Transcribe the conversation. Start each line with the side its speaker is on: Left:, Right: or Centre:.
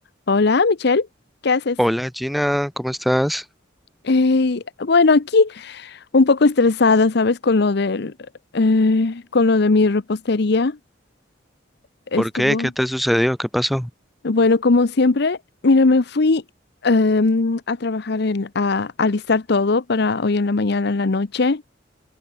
Left: Hola, Michelle, ¿qué haces?
Centre: Hola Gina, ¿cómo estás?
Left: Ey, bueno, aquí un poco estresada, ¿sabes? Con lo del, eh, con lo de mi repostería estuvo,
Centre: ¿Por qué? ¿Qué te sucedió? ¿Qué pasó?
Left: bueno, como siempre, mira, me fui em, a trabajar en, a, a alistar todo para hoy en la mañana, en la noche.